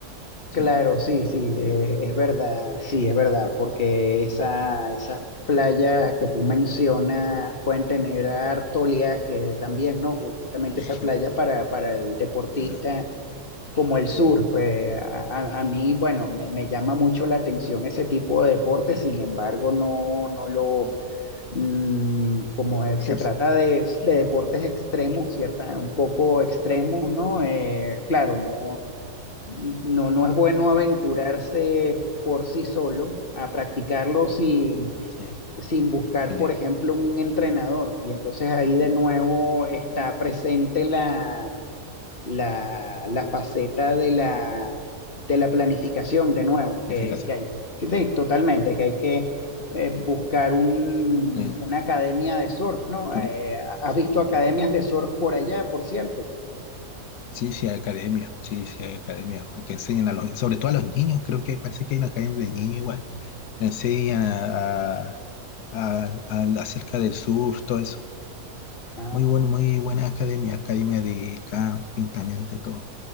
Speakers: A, on the left; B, on the left.
A: Claro,
B: ¿sabes?
A: sí, sí, eh, es verdad, sí, es verdad, porque esa, esas playas que tú mencionas pueden tener harto oleaje también, ¿no? Justamente
B: Viaje,
A: esa playa para, para el deportista
B: ah,
A: como el surf. eh, a, a- a mí, bueno, me, me llama mucho la atención ese tipo de deporte, sin embargo, no, no lo...
B: ah,
A: mm, como es-
B: ejercicio,
A: se trata de, de deportes extremos, cierta, un poco extremos, ¿no? Eh, claro, no, no, no es bueno aventurarse por sí solo a practicarlo sin,
B: sí,
A: sin buscar,
B: pele-
A: por ejemplo, un entrenador. Y entonces ahí de
B: mm,
A: nuevo está presente la la, la faceta de la, de la planificación, de nuevo,
B: planificación,
A: que, que hay, que sí, totalmente, que hay que eh, buscar un,
B: eh,
A: una academia de surf, ¿no?
B: turi-
A: Eh, ¿has
B: sí,
A: visto academias
B: ¿qué más?
A: de surf por allá, por cierto?
B: Sí, sí hay academia, sí, sí hay academia. Hay que enseñan a los, sobre todo a los niños, creo que parece que hay una academia de niños igual. Le enseñan a, a- a- a- acerca del surf, todo eso.
A: Ah,
B: Muy bueno, muy buena academia, academia de camping también, de todo.